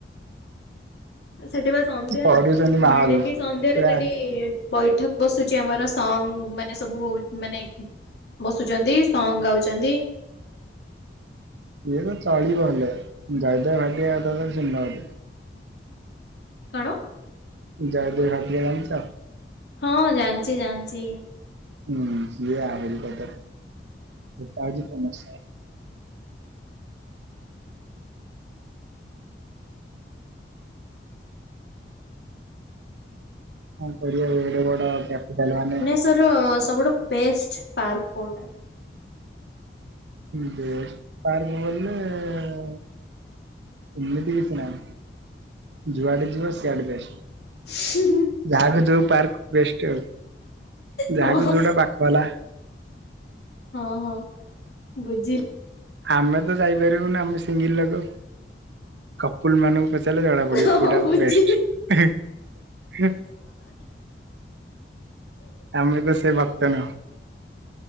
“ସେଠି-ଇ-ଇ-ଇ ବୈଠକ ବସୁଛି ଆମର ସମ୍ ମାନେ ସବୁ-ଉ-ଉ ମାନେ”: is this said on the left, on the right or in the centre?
Left